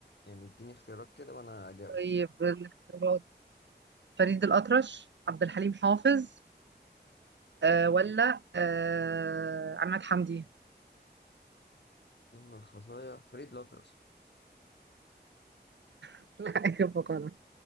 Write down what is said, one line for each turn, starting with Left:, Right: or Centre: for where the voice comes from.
Left: يعني اديني اختيارات كده وأنا أجاوب
Right: طيب الاختيارات فريد الأطرش عبد الحليم حافظ آه ولا آه عماد حمدي
Left: فيلم الخطايا فريد لوتر
Right: <laughs> اجيب غلط